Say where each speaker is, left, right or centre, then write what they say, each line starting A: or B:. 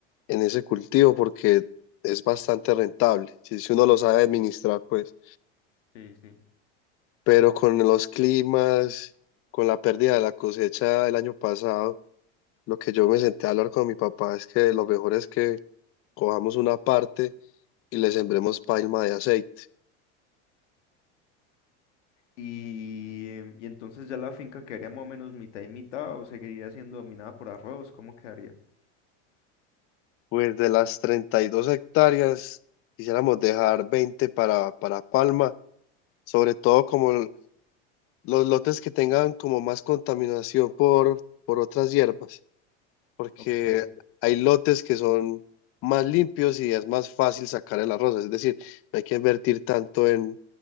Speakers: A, on the left; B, on the left.
A: en ese cultivo porque es bastante rentable, si, si uno lo sabe administrar, pues.
B: sí, sí.
A: Pero con los climas, con la pérdida de la cosecha del año pasado, lo que yo me senté a hablar con mi papá es que lo mejor es que cojamos una parte y le sembremos palma de aceite.
B: Y, y entonces ya la finca quedaría más o menos mitad y mitad o seguiría siendo dominada por arroz, ¿cómo quedaría?
A: Pues de las 32 hectáreas, quisiéramos dejar 20 para, para palma, sobre todo como los lotes que tengan como más contaminación por, por otras hierbas. porque
B: Ok,
A: hay lotes que son más limpios y es más fácil sacar el arroz. Es decir, no hay que invertir tanto en,